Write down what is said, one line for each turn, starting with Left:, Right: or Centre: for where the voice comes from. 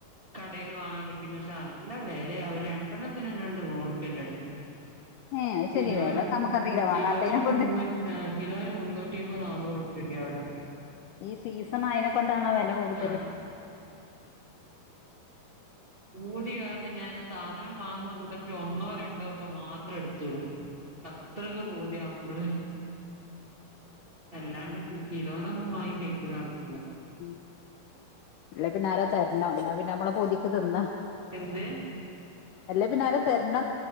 Right: കടയിൽ വാങ്ങാൻ കിട്ടി നല്ല വിലയ അവര് രണ്ടെണ്ണത്തിന് രണ്ട് നൂറുപ്പ്യേ പടുത്ത്
Left: ഏ അത് ശരി
Right: കിലോനും
Left: വെല നമുക്കറിയില്ല
Right: കിലോനും
Left: വാങ്ങാത്തതിനെ കൊണ്ട്
Right: മുന്നൂ കിലോന് മുന്നൂറ്റിമ്പത് നന്നൂറ്റുപ്യ എവിടെ
Left: ഈ സീസൺ ആയതിനെ കൊണ്ടാണോ വില കൂടുതൽ
Right: ആഹ് ഊതി കാരണം ഞാൻ സാധനം വാങ്ങുന്ന കൂട്ടത്തിൽ ഒന്നോ രണ്ടോ ഒക്കെ മാത്രം എടുത്ത് വിടും അത്രൊക്കെ പൂതിയാവുമ്പള് അല്ലാണ്ട് കിലോന് ഒന്നും വാങ്ങി കഴി ക്കാൻ ഒക്കില്ല
Left: ഉ അല്ല പിന്നെ ആര തരണ എന്നാ പിന്നെ നമ്മള കൊതിക്ക് തിന്ന
Right: എന്ത്
Left: അല്ലേ പിന്നെ ആരെ തരണ്ട